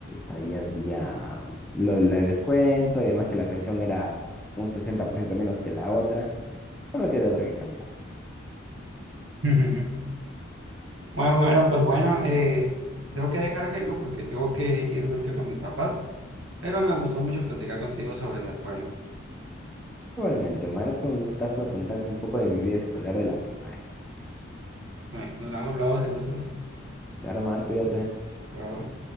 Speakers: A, in the centre; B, on the right (about 80°).
A: ahí había lo del descuento y además que la pensión era un 60% menos que la otra. No me queda otra que cambiar.
B: <laughs> Bueno, bueno, pues bueno, eh, tengo que dejar, Jairo, porque tengo que irme ahorita con mis papás, pero me gustó mucho platicar contigo sobre la escuela.
A: Igualmente, Omar, fue un gustazo contarte un poco de mi vida escolar de la primaria.
B: Bueno, nos vemos luego, si gustas.
A: Claro, Omar, cuídate.
B: Hasta luego.